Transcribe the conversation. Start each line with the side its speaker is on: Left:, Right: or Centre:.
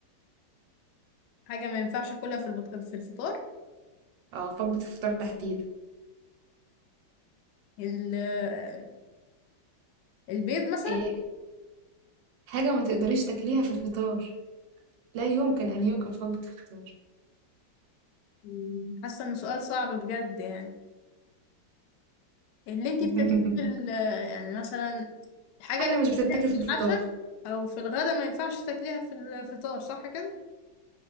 Left: حاجة ما ينفعش كلها في البط... في الفطار
Right: اه وجبة الفطار تحديدا
Left: ال... آه، البيض مثلا
Right: ايه حاجة ما تقدريش تاكليها في الفطار لا يمكن ان يؤكل في وجبة الفطار
Left: مم، حاسة انه سؤال صعب بجد يعني اللي انت
Right: <laughs>
Left: بتاكليه في ال... آه، يعني مثلا الحاجة
Right: حاجة
Left: اللي بتاكليها
Right: مش بتتاكل في
Left: في
Right: الفطار
Left: العشاء او في الغدا ما ينفعش تاكليها في الفطار صح كده